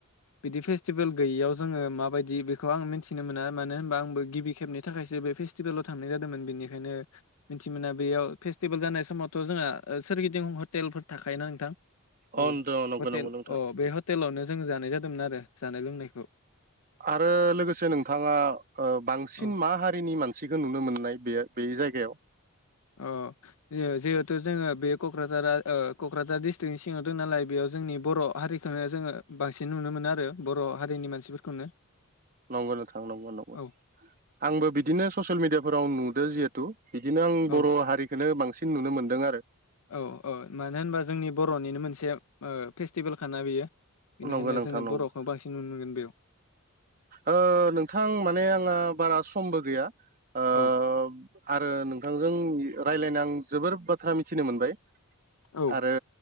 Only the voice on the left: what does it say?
बिदि फेस्टिभेल गैयैयाव जोङो माबायदि बेखौ आं मिथिनो मोना मानो होनबा आंबो गिबि खेब नि थाखायसो बे फेस्टिभेलावांनाय जा दोंमोन बेनिखायनो मिथि मोना बेयाव फेस्टिभेल जानाय समावथ' जोंहा सोरगिदिं हटेलफोर था खायो‌ना नोंथां? औ
हटेल
औ बे हटेलावनो जों जानाय जादोंमोन आरो जानाय लोंनायखौ
औ
अ जिहेथु जोङो बे क'क्राझारा क'क्राझार डिस्ट्रिकनि सिङाव दं नालाय बेयाव जोंनि बर' हारिखौनो जोङो बांसिन नुनो मोनो आरो बर' हारिनि मानसिफोरखौनो
औ
औ
औ औ मानो होनबा जोंनि बर'निनो मोनसे फेस्टिभेल खाना बियो बेनिखायनो
जोङो
बर'खौ बांसिन नुनो मोनगोन बेयाव
औ
औ